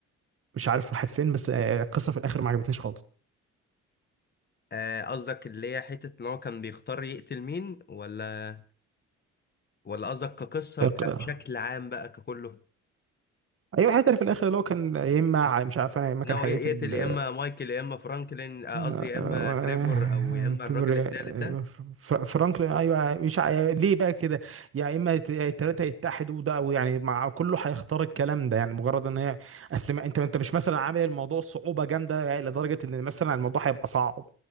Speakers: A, on the right; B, on the left.
A: مش عارف راحت فين بس آه، القصه في الاخر ما عجبتنيش
B: آه، قصدك اللي هي حته ان هو كان بيختار يقتل مين ولا ولا قصدك كقصه
A: خالص
B: بشكل عام بقى ككله
A: ايوه حتى في الاخر اللي هو كان يا اما مش عارف انا يا اما
B: ناوي
A: كان هيقتل
B: يقتل يا اما مايكل يا اما فرانكلين آه، قصدي
A: آه،
B: يا اما تريفور او يا اما الراجل
A: تبر-
B: التالت ده
A: فر- فرانكلين ايوه مش عا- ليه بقى كده يا اما يت- التلاته يتحدوا ده ويعني مع كله هيختار الكلام ده يعني مجرد ان هي اصل ما- انت انت مش مثلا عامل الموضوع صعوبه جامده يعني لدرجه ان مثلا الموضوع هيبقى صعب